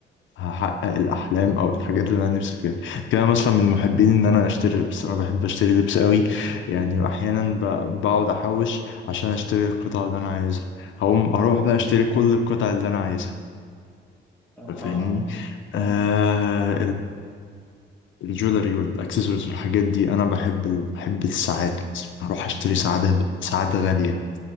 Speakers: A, on the left (about 75°); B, in the centre.
A: هحقق الاحلام او الحاجات اللي انا نفسي فيها كده مثلا من محبين ان انا اشتري لبس انا بحب اشتري لبس قوي يعني واحيانا ب- بقعد احوش عشان اشتري القطع اللي انا عايزها هقوم اروح بقى اشتري كل القطع اللي انا عايزها
B: اه اه
A: فاهمني
B: فعلا
A: آه الجولري والاكسسوارز والحاجات دي انا بحب ال... بحب الساعات هروح اشتري ساعات ساعات غالية